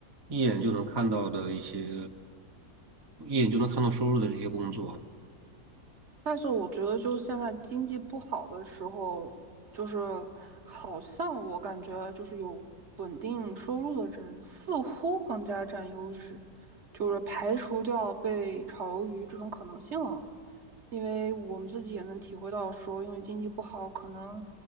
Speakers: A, on the right (about 20°); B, on the right (about 50°).
A: 一眼就能看到的一些，一眼就能看到收入的这些工作。
B: 但是我觉得，就是现在经济不好的时候，就是好像我感觉就是有稳定收入的人似乎更加占优势，就是排除掉被炒鱿鱼这种可能性了。因为我们自己也能体会到说，因为经济不好，可能